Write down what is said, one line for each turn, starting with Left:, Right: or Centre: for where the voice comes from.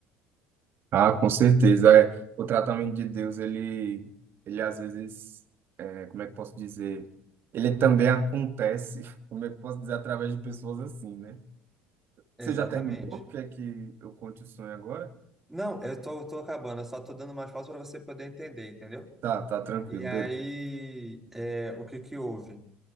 Right: Ah, com certeza. É, o tratamento de Deus, ele, ele às vezes, é, como é que posso dizer? Ele também acontece, <laughs> como é que posso dizer, através de pessoas assim, né?
Centre: Exatamente.
Right: Você já terminou? Quer que eu conte o sonho agora?
Centre: Não, eu tô, eu tô acabando, eu só tô dando mais pausas para você poder entender, entendeu?
Right: Tá, tá tranquilo,
Centre: E aí,
Right: beleza.
Centre: é, o que que houve?